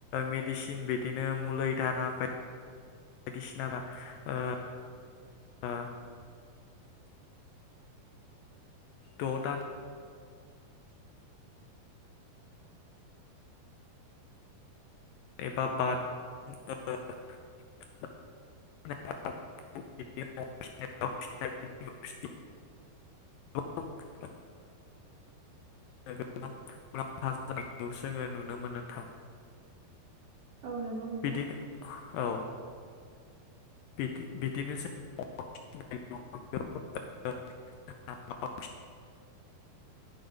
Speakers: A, on the left; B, on the right.
A: मेडिसिन बिदिनो मुलै दाना बा यदिसि ओ ओ द दान एबा बाद <unintelligible> <unintelligible> <unintelligible> गोबां मुलाम्फा जानायखौ जोङो नुनो मोनो नोंथां।
B: औ नंगौ नोंथां
A: बिदिनो औ बि बिदिनो <unintelligible> <unintelligible>